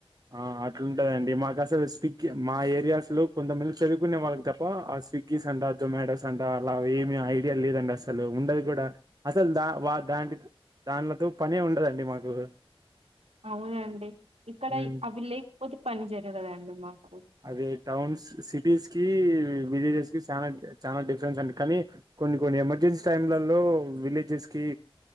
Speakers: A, on the right (about 40°); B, on the right (about 80°).
A: ఆ అట్లుంటుదండి మాకు అసలు స్విగ్గి మా ఏరియాస్ లో కొంతమంది చదువుకునే వాళ్ళు తప్పా ఆ స్విగ్గీస్ అంట జొమాటోస్ అంటా అలా ఏమీ ఐడియా లేదండస్సలు ఉండదు కూడా అసలు దా-వా-దా-దాంలతో పనే ఉండదండి మాకు.
B: అవునండి ఇ ఇక్కడై
A: మ్మ్
B: అవి లేపోతే పని జరగగదండి మాకు.
A: అదే టౌన్స్ సిటీస్ కి విలేజెస్ కి చనా చాలా డిఫరెన్స్ అం కానీ కొన్ని కొన్ని ఎమర్జెన్సీ టైంలలో విలేజెస్ కి